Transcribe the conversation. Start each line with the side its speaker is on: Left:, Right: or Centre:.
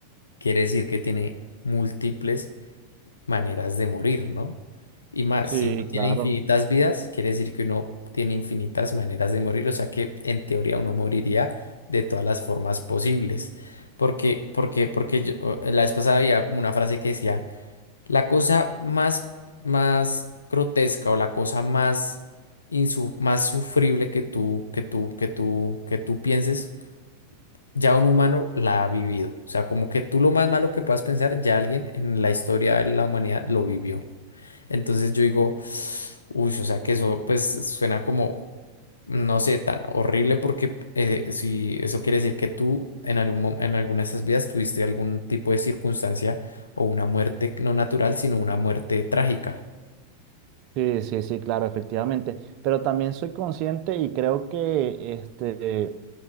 Left: quiere decir que tiene múltiples maneras de morir, ¿no? Y más,
Right: Sí,
Left: si uno tiene
Right: claro.
Left: infinitas vidas, quiere decir que uno tiene infinitas maneras de morir, o sea que en teoría uno moriría de todas las formas posibles. Porque, porque, porque yo, eh, la vez pasada había como una frase que decía, la cosa más, más grotesca o la cosa más, insu- más sufrible que tú, que tú, que tú, que tú pienses, ya un humano la ha vivido. O sea, como que tú lo más malo que puedas pensar, ya alguien en la historia de la humanidad lo vivió. Entonces yo digo, uy, o sea que eso pues suena como, no sé, tan horrible porque eh, si eso quiere decir que tú en algún, mo- en alguna de esas vidas tuviste algún tipo de circunstancia o una muerte no natural, sino una muerte trágica.
Right: Sí, sí, sí, claro, efectivamente. Pero también soy consciente y creo que, este,